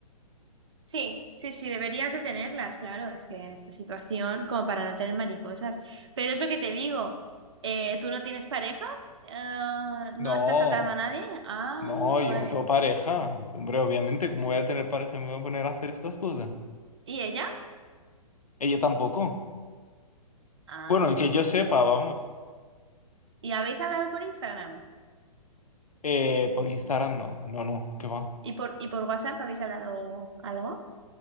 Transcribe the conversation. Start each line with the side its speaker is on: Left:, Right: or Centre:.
Right: Sí, sí, sí, deberías de tenerlas, claro, es que en esta situación, como para no tener mariposas. Pero es lo que te digo, eh, ¿tú no tienes pareja? Eh,
Left: No,
Right: ¿no estás atado a nadie? Ah,
Left: no, yo
Right: vale.
Left: no tengo pareja. Hombre, obviamente, ¿cómo voy a tener pareja? ¿Me voy a poner a hacer estas cosas?
Right: ¿Y ella?
Left: Ella tampoco.
Right: Ah,
Left: Bueno, y que
Right: vale.
Left: yo sepa, vamos.
Right: ¿Y habéis hablado por Instagram?
Left: Eh, por Instagram no, no, no, ¿qué va?
Right: ¿Y por, y por WhatsApp habéis hablado algo?